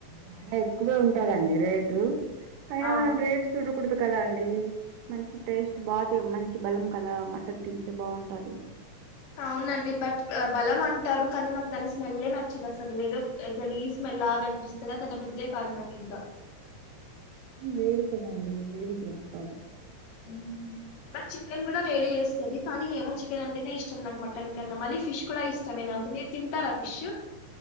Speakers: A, on the right; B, on the left.
A: చాలా ఎక్కువే ఉంటదండి రేటు పైన
B: ఆ
A: మనం రేటు చూడకూడదు కదన్డి మంచి టేస్ట్ బా తె మంచి బలం కదా మటన్ తింటే బావుంటది
B: అవునండి బట్ ఆ బలం అంటారు కానీ నాకు దాని స్మెలె నచ్చదు అసలు ఏదో య్ గలీస్ స్మెల్ లాగా అన్ చూస్తనే తినబుద్దే కాద్ నాకింకా
A: వేడికమండి వేడి చేస్తాది
B: హ్మ్ బట్ చికెన్ కూడా వేడి చేేస్తది కానీ ఏమో చికెన్ అంటేనే ఇష్టం నాకు మటన్ కన్నా మళ్ళీ ఫిష్ కూడా ఇష్టమే నాకు మీక్ తింటరా ఫిష్